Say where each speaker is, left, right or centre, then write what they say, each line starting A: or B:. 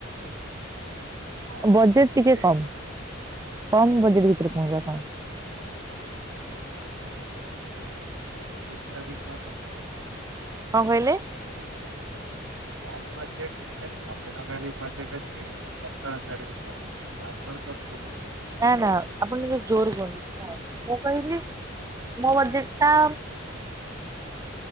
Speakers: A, on the right; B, on the right.
A: କଣ
B: ବଜେଟ୍
A: ଦେବେ
B: ଟିକେ କମ୍ କମ୍ ବଜେଟ୍ ଭିତରେ
A: ସେ
B: କୁହନ୍ତୁ ଆପଣ।
A: କମ୍ ବଜେଟ୍ ସେ ବଜେଟ୍ ଟାବି କୁହନ୍ତୁ।
B: କଣ କହିଲେ।
A: କମ୍ ବଜେଟ୍ ମେ ସହେ ଟଙ୍କାରେ ବି ବଜେଟ୍ ଅଛି ଦଶ ହଜାରରେ ବି ବଜେଟ୍ ଅଛି। ଆପଣଙ୍କ କୋଉ। ବଜେଟ?
B: ନା ନା ଆପଣ ଟିକେ ଜୋର କୁହନ୍ତୁ ମୁଁ କହିଲି ମୋ ବଜେଟ୍ ଟା।